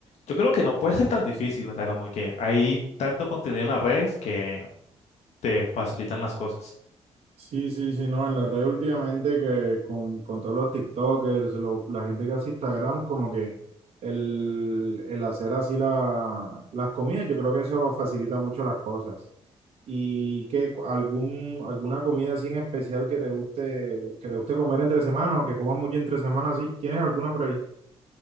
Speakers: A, on the left; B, on the right.
A: yo creo que no puede ser tan difícil. O sea, como que hay tanto contenido en las redes que te facilitan las cosas.
B: Sí, sí, sí, no, en la red últimamente que con, con todos los TikTokers, lo- la gente que hace Instagram, como que el, el hacer así la, las comidas, yo creo que eso facilita mucho las cosas. ¿Y que algún, alguna comida así en especial que te guste, que te guste comer entre semana o que comas mucho entre semana, así? ¿Tienes alguna por ahí?